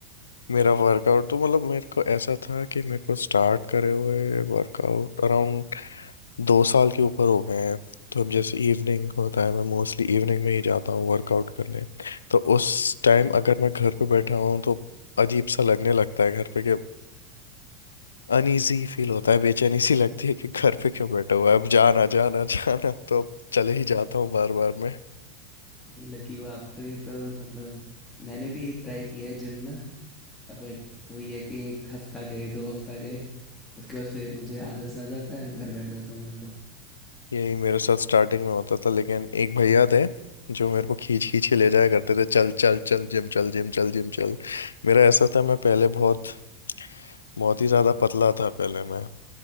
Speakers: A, on the left; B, on the left.
A: मेरा वर्कआउट तो मतलब मेरे को ऐसा था कि मेरे को स्टार्ट करे हुए वर्कआउट अराउंड दो साल के ऊपर हो गए हैं तो अब जैसे इवनिंग होता है मैं मोस्टली इवनिंग में ही जाता हूँ वर्कआउट करने तो उस टाइम अगर मैं घर पे बैठा हूँ तो अजीब सा लगने लगता है घर पे कि अनईजी फील होता है बेचैनी सी लगती है कि घर पे क्यों बैठा हुआ है अब जाना जाना जाना तो अब चले
B: <laughs>
A: ही जाता हूँ बार बार मैं
B: ये लकी हो आप तो ये तो मतलब मैंने भी ट्राई किया है जिम ना बट वही है कि एक हफ्ता गए दो हफ्ता गए उसके बाद फिर मुझे आलस आ जाता है घर बैठ जाता हूँ मैं तो
A: यही मेरे साथ स्टार्टिंग में होता था लेकिन एक भैया थे जो मेरे को खींच खींच के ले जाया करते थे चल चल चल जिम चल जिम चल जिम चल मेरा ऐसा था मैं पहले बहुत बहुत ही ज़्यादा पतला था पहले मैं